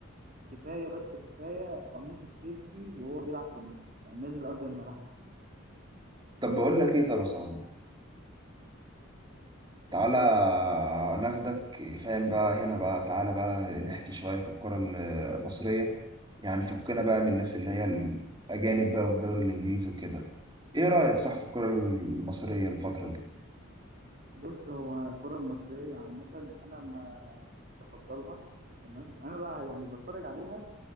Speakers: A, on the right; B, on the right.
A: كفايه بس كفايه قميص تشيلسي وهو بيلعب في النادي. يعني نازل ارض الملعب
B: طب بقول لك ايه طب يا صاحبي تعالى
A: اتفضل
B: ناخدك فاهم بقى هنا بقى تعالى بقى نحكي شوية في الكرة المصرية يعني فكنا بقى من الناس اللي هي الأجانب بقى والدوري الإنجليزي وكده إيه رأيك صح في الكرة المصرية الفترة دي؟
A: بص هو الكره المصريه عامه انا ما يعني مش بفضلها تمام انا بقى يعني بتفرج عليها